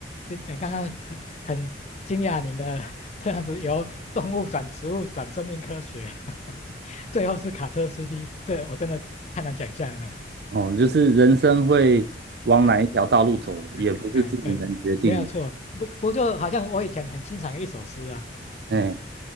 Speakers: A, on the left (about 35°); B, on the right (about 60°).
A: 这刚刚很很惊讶您的这样子由动物转植物转生命科学，<laughs> 最后是卡车司机，这我真的太难想象了。
B: 哦，就是人生会往哪一条道路走，
A: 哎
B: 也不是自己能决定的。
A: 哎哎，对，没有错，不不就好像我以前很欣赏一首诗啊啊
B: 哎